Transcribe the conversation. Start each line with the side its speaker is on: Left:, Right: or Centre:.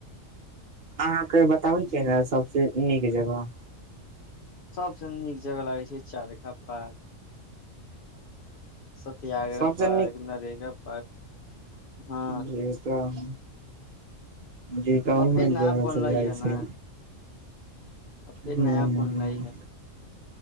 Right: अहाँके बताबै किया ने सबसे नीक जगह
Left: सभसँ नीक जगह लागै छै चारिका पार्क सत्याग्रह
Right: सबसे
Left: पार्क नरेगा पार्क हँ
Right: जे तऽ जी तहमे
Left: आ फेर नया
Right: जगह
Left: बनले
Right: सब जाइ
Left: हे
Right: छी
Left: ने आ फेर
Right: हू ह
Left: नया बनले
Right: ह
Left: हे